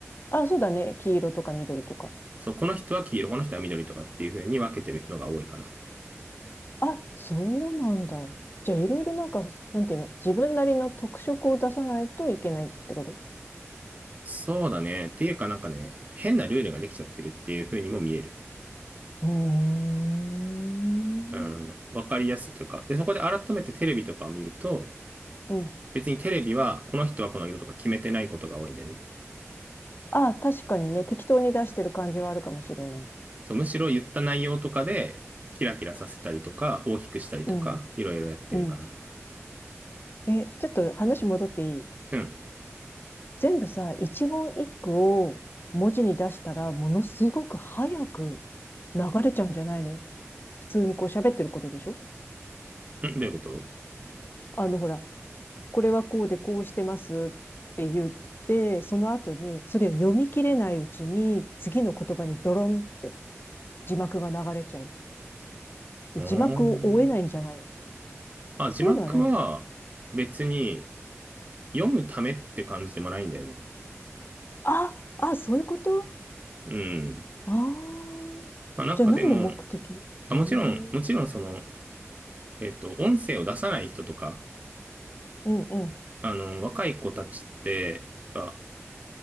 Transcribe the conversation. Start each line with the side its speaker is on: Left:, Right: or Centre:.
Left: あ、そうだね。黄色とか緑とか。
Right: そう、この人は黄色、この人は緑とかっていう風に分けてる人が多いかな。
Left: あ、そうなんだ。じゃあ、いろいろなんか、なんていうの、自分なりの特色を出さないといけないってこと
Right: そうだね。っていうかなんかね、変なルールができちゃってるっていう風にも見える。
Left: うーん。
Right: うん、わかりやすさというか。で、そこで改めてテレビとかを見ると、
Left: うん
Right: 別にテレビはこの人はこの色とか決めてないことが多いんだよね。
Left: ああ、確かにね、適当に出してる感じはあるかもしれない。
Right: そう、むしろ言った内容とかで、キラキラさせたりとか、大きくしたりとか、
Left: うん、
Right: いろいろやってるかな。
Left: うん。え、ちょっと話戻っていい
Right: うん。
Left: 全部さ、一言一句を文字に出したら、ものすごく早く流れちゃうんじゃないのよ。普通にこう喋ってることでしょ
Right: うんどういうこと
Left: あの、ほら、これはこうでこうしてますって言って、その後に、それを読み切れないうちに、次の言葉にドロンって字幕が流れちゃう。で字幕を追えないんじゃないの
Right: おーあ、
Left: そういうのはない
Right: 字幕は別に読むためって感じでもないんだよね。
Left: あ、あ、そういうこと
Right: うん。
Left: ああ。
Right: まあなんかでも、
Left: じゃあ何の目的ええう
Right: あ、もちろん、もちろんその、えっと、音声を出さない人とか、
Left: んうん。
Right: あの、若い子たちって、あ